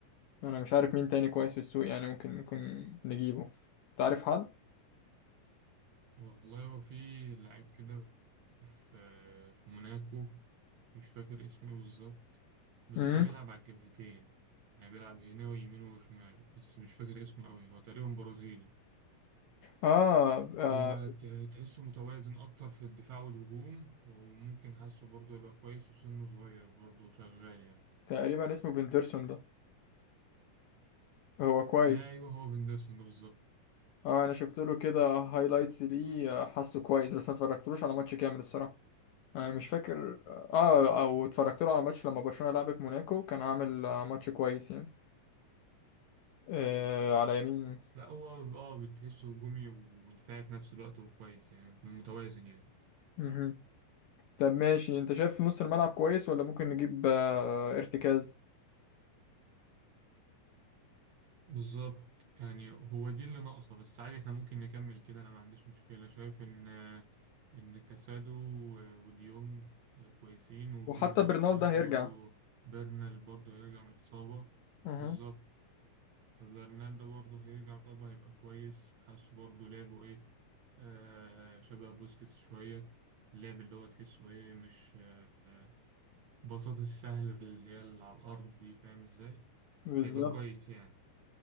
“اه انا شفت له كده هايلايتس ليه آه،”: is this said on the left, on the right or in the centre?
Left